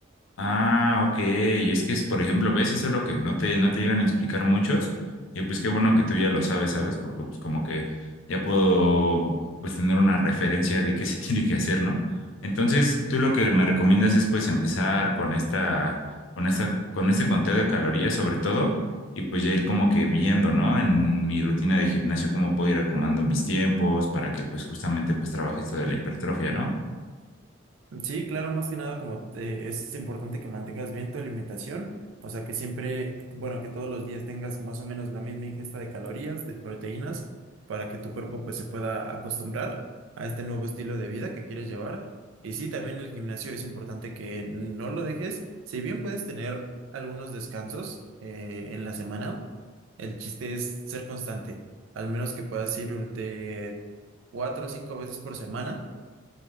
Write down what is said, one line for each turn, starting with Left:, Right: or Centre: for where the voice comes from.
Left: Ah, ok. Y es que es, por ejemplo, ves, eso es lo que no te, no te llegan a explicar muchos. Y pues qué bueno que tú ya lo sabes, ¿sabes? Porque pues como que ya puedo pues tener una referencia de qué se <laughs> tiene que hacer, ¿no? Entonces, tú lo que me recomiendas es pues empezar con esta, con esta, con este conteo de calorías sobre todo, y pues ya ir como que viendo, ¿no? En mi rutina de gimnasio, cómo puedo ir acomodando mis tiempos para que pues justamente pues trabaje esto de la hipertrofia, ¿no?
Right: Sí, claro, más que nada como te- es importante que mantengas bien tu alimentación, o sea que siempre, bueno, que todos los días tengas más o menos la misma ingesta de calorías, de proteínas, para que tu cuerpo pues se pueda acostumbrar a este nuevo estilo de vida que quieres llevar. Y sí, también el gimnasio es importante que no lo dejes, si bien puedes tener algunos descansos eh, en la semana, el chiste es ser constante, al menos que puedas ir de cuatro o cinco veces por semana